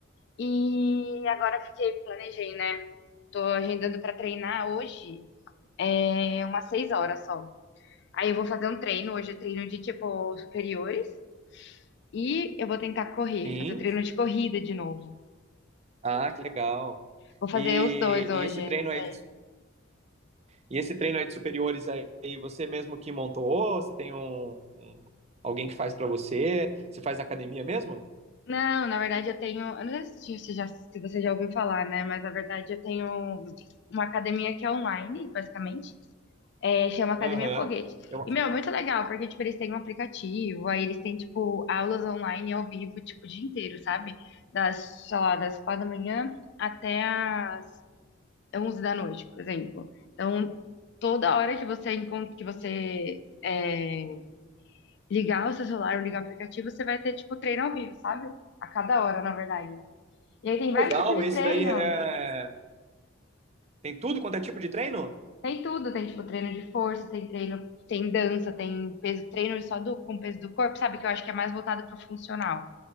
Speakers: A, on the left; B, on the right.
A: e agora fiquei, planejei, né? Tô agendando pra treinar hoje, é umas 6 horas só. Aí eu vou fazer um treino, hoje eu treino de tipo superiores. E eu vou tentar correr,
B: Sim.
A: fazer o treino de corrida de novo.
B: Ah, que legal.
A: Vou fazer
B: E,
A: os dois hoje,
B: e esse treino
A: não sei.
B: aí, de- e esse treino aí de superiores aí, você mesmo que montou? Você tem um, um- alguém que faz pra você? Você faz na academia mesmo?
A: Não, na verdade eu tenho. Eu não sei se você já, se você já ouviu falar, né? Mas na verdade eu tenho uma academia que é online, basicamente. É, chama Academia
B: Aham.
A: Foguete.
B: Eu-
A: E, meu, é muito legal, porque, tipo, eles têm um aplicativo, aí eles têm, tipo, aulas online ao vivo, tipo, o dia inteiro, sabe? Das, sei lá, das quatro da manhã até a 11 da noite, por exemplo. Então, toda hora que você encon- que você é, ligar o seu celular ou ligar o aplicativo, você vai ter, tipo, treino ao vivo, sabe? A cada hora, na verdade. E aí tem
B: Que
A: vários
B: legal,
A: tipos de
B: esse
A: treino.
B: daí é... tem tudo quanto é tipo de treino?
A: Tem tudo, tem, tipo, treino de força, tem treino, tem dança, tem peso, treino só do, com peso do corpo, sabe? Que eu acho que é mais voltado pro funcional.